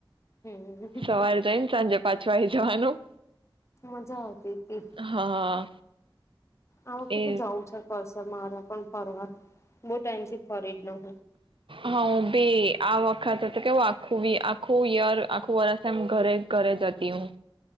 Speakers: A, on the left; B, on the right.
A: હમ
B: સવારે જઈને સાંજે પાંચુ અય જવાનું
A: મજા આવતી હતી
B: હા
A: આ વખત
B: એ
A: તો જાઉં છે કસ તમારે પણ ફરવા બહુ ટાઈમ થી ફરી જ ને
B: હા હુ ભી આ વખત તો કેવું આખું આખું યર આખું વરષ એમ ઘરે ઘરે જ હતી હુ